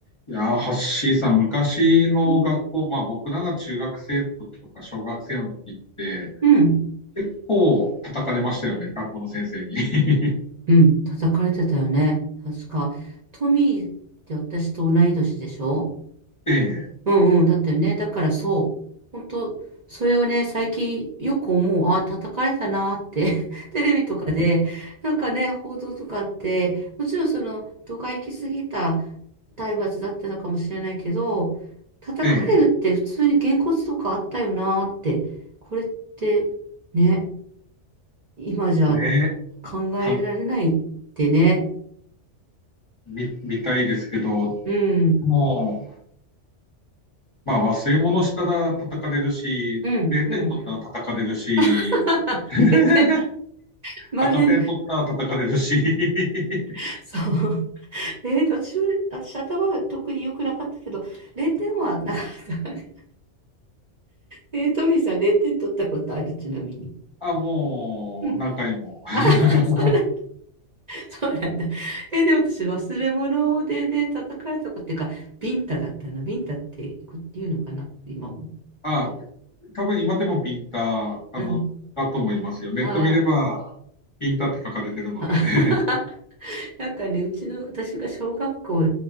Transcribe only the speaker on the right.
うん、
うん、
うん叩かれてたよね。確か。トミーって私と同い年でしょ
うんうん、だったよね。だからそう。本当それをね、最近よく思う。ああ、叩かれたなーって。<laughs> テレビとかで、なんかね、報道とかって、もちろんその、度が行き過ぎた体罰だったのかもしれないけど、叩かれるって普通にげんこつとかあったよなーって。
これって、ね、今じゃ
考えられないってね。
うん、
うん、
うん。<laughs>
0点、まるで、
<laughs> そう。え私私頭は特に良くなかったけど、0点はなかった。えー、トミーさん0点取ったことある、ちなみに。
うん。
あははそうなん、そうなんだ。えー、で、私忘れ物でね、叩かれたことっていうか、ビンタだったな。ビンタってこ言うのかな、今も。
うん。
あ
あ。<laughs>
なんかね、うちの、私が小学校